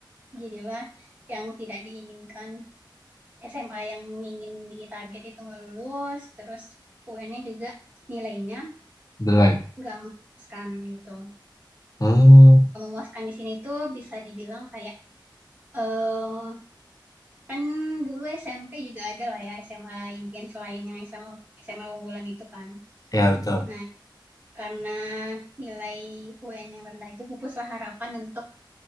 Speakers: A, on the right (about 20°); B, on the left (about 45°).
A: jadilah yang tidak diinginkan SMA yang ingin ditarget itu nggak lulus terus UN-nya juga nilainya
B: Udah lah.
A: nggak memuaskan gitu
B: Oh,
A: nggak memuaskan di sini tuh bisa dibilang kayak eh kan dulu SMP juga ada lah ya SMA impian selain yang SMA SMA unggulan itu kan
B: ya betul.
A: nah karena nilai UN yang rendah itu pupuslah harapan untuk